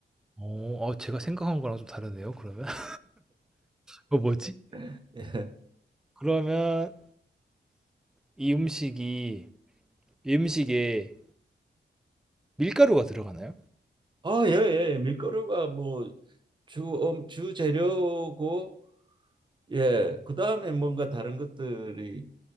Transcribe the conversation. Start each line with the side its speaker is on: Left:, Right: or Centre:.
Centre: 어 어 제가 생각한 거랑 좀 다르네요 그러면. <laughs> 어 뭐지?
Right: <laughs> 예.
Centre: 그러면 이 음식이 이 음식에 밀가루가 들어가나요?
Right: 아, 예, 예. 예. 밀가루가 뭐 주, 음, 주재료고, 예. 그 다음에 뭔가 다른 것들이